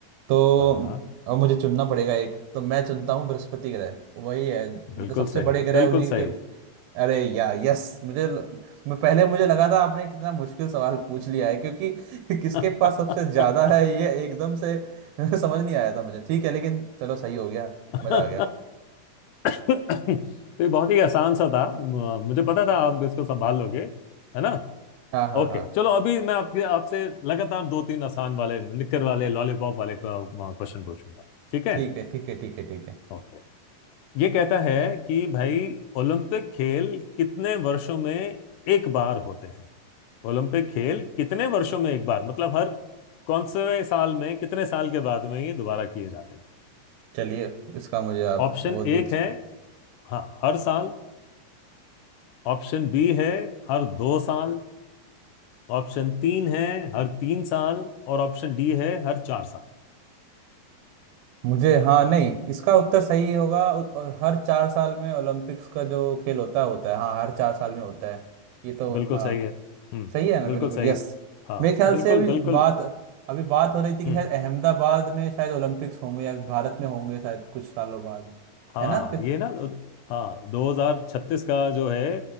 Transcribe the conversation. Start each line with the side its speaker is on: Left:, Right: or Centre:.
Right: तो
Left: हाँ
Right: अब मुझे चुनना पड़ेगा एक तो मैं चुनता हूँ बृहस्पति ग्रह वही है मतलब
Left: बिल्कुल
Right: सबसे
Left: सही
Right: बड़े ग्रह
Left: बिल्कुल
Right: उन्हीं
Left: सही
Right: के अरे यार यस मुझे ल- मैं पहले मुझे लगा था आपने कितना मुश्किल सवाल पूछ लिया है क्योंकि <laughs> किसके
Left: <laughs>
Right: पास
Left: हाँ
Right: सबसे ज्यादा है ये एकदम से <laughs> समझ नहीं आया था मुझे ठीक है लेकिन चलो सही हो गया
Left: <laughs>
Right: मजा आ गया
Left: तो ये बहुत ही आसान सा था म- मुझे पता था आप इसको संभाल लोगे है ना
Right: हाँ हाँ
Left: ओके
Right: हाँ
Left: चलो अभी मैं आपके आपसे लगातार दो तीन आसान वाले निक्कर वाले लॉलीपॉप वाले क्वेश्चन पूछूंगा ठीक है
Right: ठीक है ठीक है ठीक है ठीक है
Left: ओके ये कहता है कि भाई ओलंपिक खेल कितने वर्षों में एक बार होते हैं ओलंपिक खेल कितने वर्षों में एक बार मतलब हर कौन से साल में कितने साल के बाद में ये दोबारा किए जाते हैं
Right: चलिए इसका मुझे आप
Left: ऑप्शन
Right: वो दीजिए
Left: एक है हाँ हर साल ऑप्शन बी है हर दो साल ऑप्शन तीन है हर तीन साल और ऑप्शन डी है हर चार साल
Right: मुझे हाँ नहीं इसका उत्तर सही होगा उ- अ, हर चार साल में ओलंपिक्स का जो खेल होता है होता है हाँ हर चार साल में होता है ये तो
Left: बिल्कुल
Right: हाँ
Left: सही है हम्म
Right: सही है ना
Left: बिल्कुल
Right: बिल्कुल
Left: सही
Right: यस
Left: हाँ
Right: मेरे ख्याल
Left: बिल्कुल
Right: से अभी
Left: बिल्कुल
Right: बात अभी बात हो रही थी कि
Left: हम्म
Right: शायद अहमदाबाद में शायद ओलंपिक्स होंगे या भारत में होंगे शायद कुछ सालों बाद
Left: हाँ
Right: है ना कि-
Left: ये ना हाँ 2036 का जो है